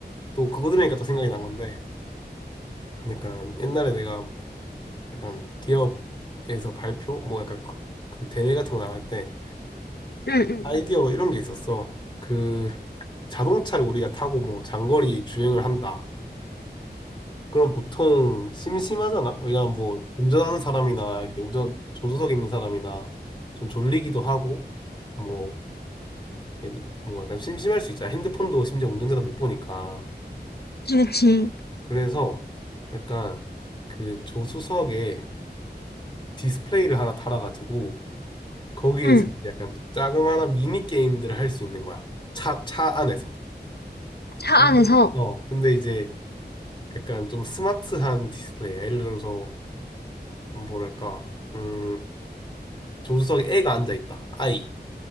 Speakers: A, on the left (about 25°); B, on the left (about 65°).
A: 또 그거 들으니까 또 생각이 난 건데, 약간 옛날에 내가 약간 기업에서 발표 뭐 약간 그- 그 대회 같은 거 나갈 때
B: 응, 응,
A: 아이디어로
B: 응.
A: 이런 게 있었어. 그 자동차를 우리가 타고 뭐 장거리 주행을 한다. 그럼 보통 심심하잖아. 왜냐면 뭐 운전하는 사람이나 이렇게 운전 조수석에 있는 사람이나 좀 졸리기도 하고 뭐 이렇게 뭐 약간 심심할 수 있잖아. 핸드폰도 심지어 운전자도 못 보니까.
B: 그렇지. 그치.
A: 그래서 약간 그 조수석에 디스플레이를 하나 달아가지고 거기에서
B: 응.
A: 약간 자그마한 미니 게임들을 할 수 있는 거야. 차, 차 안에서.
B: 차
A: 근데?
B: 안에서
A: 어, 근데 이제 약간 좀 스마트한 디스플레이. 예를 들어서, 뭐랄까, 음, 조수석에 애가 앉아 있다. 아이.